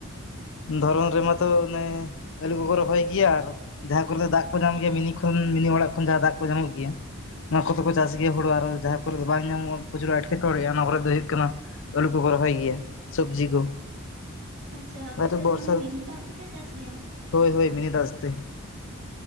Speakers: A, on the left; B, on the right.
A: ᱫᱷᱚᱨᱚᱱ
B: ᱟᱪᱪᱷᱟ
A: ᱨᱮᱢᱟᱛᱚ ᱚᱱᱮᱼᱼ ᱟᱞᱩ ᱠᱚᱠᱚ ᱨᱚᱦᱚᱭ ᱜᱮᱭᱟ ᱟᱨ ᱡᱟᱦᱟᱸ ᱠᱚᱨᱮ ᱫᱟᱜ ᱠᱚ ᱧᱟᱢ ᱜᱮᱭᱟ ᱢᱤᱱᱤ ᱠᱷᱚᱱ ᱢᱤᱱᱤ ᱚᱲᱟᱜ ᱠᱷᱚᱱ ᱡᱟᱦᱟᱸ ᱫᱟᱜ ᱠᱚ ᱧᱟᱢᱚᱜ ᱜᱮᱭᱟ ᱚᱱᱟ ᱠᱚᱫᱚ ᱠᱚ ᱪᱟᱥ ᱜᱮᱭᱟ ᱦᱩᱲᱩ ᱟᱨ ᱡᱟᱦᱟᱸ ᱠᱚᱨᱮ ᱫᱚ ᱵᱟᱝ ᱧᱟᱢᱚᱜ ᱯᱨᱚᱪᱩᱨ ᱮᱴᱠᱮᱴᱚᱬᱮᱜᱼᱟ ᱚᱱᱟ ᱠᱚᱨᱮᱫ ᱫᱚ ᱦᱩᱭᱩᱜ ᱠᱟᱱᱟ ᱟᱹᱞᱩ ᱠᱚᱠᱚ ᱨᱚᱦᱚᱭ ᱜᱮᱭᱟ ᱥᱚᱵᱽᱡᱤ ᱠᱚ
B: ᱟᱪᱪᱷᱟ ᱟᱯᱮ
A: ᱵᱚᱨᱥᱟ
B: ᱥᱮᱫ ᱫᱚ ᱢᱟᱱᱮ ᱢᱤᱱᱤ ᱫᱟᱜ ᱛᱮᱯᱮ ᱪᱟᱥ ᱜᱮᱭᱟ
A: ᱦᱳᱭ ᱦᱳᱭ ᱢᱤᱱᱤ ᱫᱟᱜ ᱛᱮ